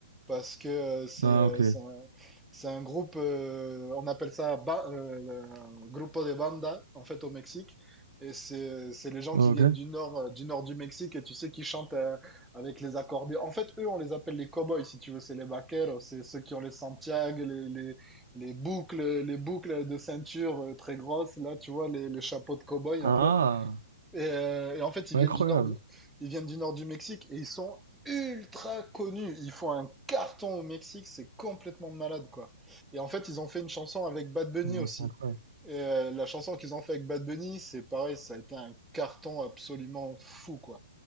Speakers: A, in the centre; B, on the right.
A: parce que euh, c'est
B: Ah,
A: euh,
B: ok.
A: c'est un, c'est un groupe, euh, on appelle ça ba- euh, le grupo de banda en fait au Mexique. Et c'est c'est les gens
B: Ok.
A: qui viennent du nord euh, du nord du Mexique et tu sais qui chantent euh, avec les accordéons. En fait, eux, on les appelle les cowboys si tu veux, c'est les vaqueros, c'est ceux qui ont les Santiago, les, les les boucles les boucles de ceinture euh, très grosses là, tu vois les les chapeaux de cowboy
B: Ah,
A: un peu. Et, euh, et en fait, ils
B: c'est
A: viennent
B: incroyable.
A: du nord du, ils viennent du nord du Mexique et ils sont ultra connus. Ils font un carton au Mexique, c'est complètement malade, quoi. Et en fait, ils ont fait une chanson avec Bad Bunny
B: Non,
A: aussi.
B: c'est incroyable.
A: Et euh, la chanson qu'ils ont fait avec Bad Bunny, c'est pareil, ça a été un carton absolument fou, quoi.